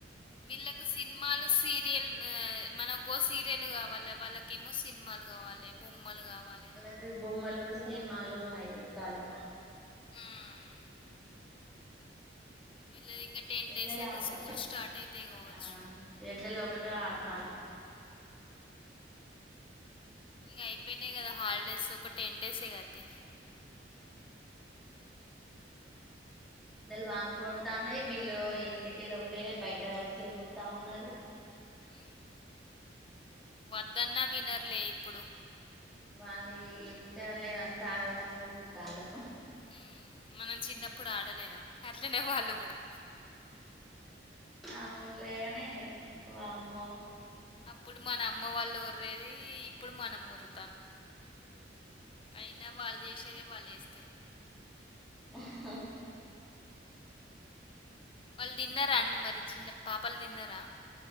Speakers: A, on the left (about 30°); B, in the centre.
A: వీళ్ళకు సినిమాలు సీరియల్ ఆ మన గో సీరియల్ గావాలి వాళ్ళక ఏమో సినిమాలు గావాలే బొమ్మలు గావాలే
B: ఇది బొమ్మలు సినిమాలు ఐసూత్తాళ్ళు
A: వ్మ్ విళ్ళది ఇంగా టెన్
B: ఎండల
A: డేస్ అయితే
B: ఆడతా
A: స్కూల్ స్టార్ట్ అయితే కావచ్చు
B: ఆ ఎండలు ఒకటే ఆడతాళ్లు
A: ఇంగా అయిపోయినాయి కదా హాలిడేస్ ఒక టెన్ డేసే కతియ్
B: ఉ ఎండలు బాగ్ కొడతా ఉన్నాయి వీళ్ళు ఇంట్లకెళ్ళి ఒకటే బయట వచ్చే ఎగురతా ఉన్నారు.
A: వ్మ్ వద్దన్నా వినర్లే ఇప్పుడు
B: వాళ్ళు ఏ ఇంతలే అంతా ఆగం వాగం చెత్తాలు
A: వ్మ్ మనం చిన్నప్పుడు ఆడలేదా అట్లనే వాళ్ళు కూడా
B: అవునులేగాని వామ్మో
A: అప్పుడు మన అమ్మ వాళ్ళు ఓర్రేది ఇప్పుడు మనం ఒరుతాన్నాం అయినా వాళ్ళు జేసేదే వాళ్ళు జేస్తారు
B: హ్ హా
A: వాళ్ళు తిన్నారా అండి మరి చిన్న పాపలు తిన్నారా